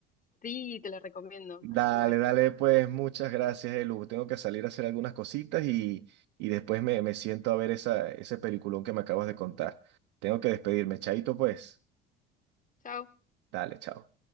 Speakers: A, on the left; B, on the right.
A: Sí, te la recomiendo.
B: Dale,
A: Así que bueno,
B: dale, pues muchas gracias, Elu. Tengo que salir a hacer algunas cositas y, y después me, me siento a ver esa, ese peliculón que me acabas de contar. Tengo que despedirme, chaito, pues.
A: chao.
B: Dale, chao.